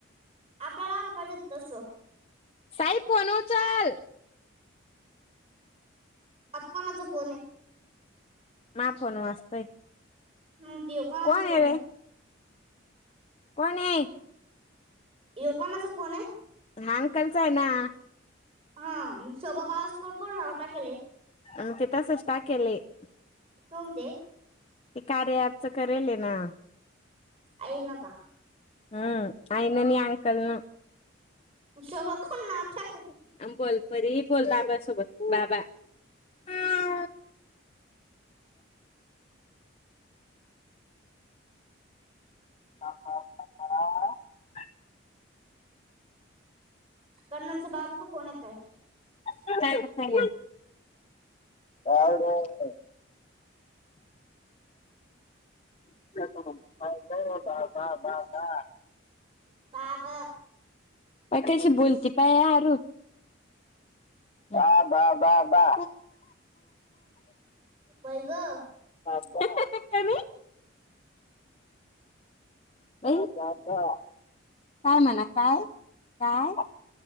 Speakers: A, on the right; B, on the left.
A: आपल्याला आल पाहिजे होत तस
B: साई फोन उचल
A: आता कोणाचा फोन ये
B: माय फोन वाजतोय
A: हम्. हो कोणाच
B: कोण आहे
A: फोन
B: रे
A: हे
B: कोण हे
A: यो कोणाचा फोन हे
B: हां, अंकल चा हे ना हा
A: हा स्वभाभस्कर कोण नाव टाकेेले
B: आम ते तसच टाकेले हे
A: होऊंदे
B: ते कार्य आपचं करेले ना
A: अईन का
B: हम्म आईननी अंकलन
A: शोभा कोणी नाव टाकेल
B: बोल परी बोल बाबा सोबत बाबा ब ह का पा का <inaudible> <unintelligible>
A: कर्नलचा बाबाचा फोन य <inaudible> <unintelligible>
B: का र बा. बा. बा. बा
A: पाप.
B: पाय कशी बोलती, पायआरु बा. बा. बा.
A: बई ग.
B: कनी. ई काय म्हणा काय, काय,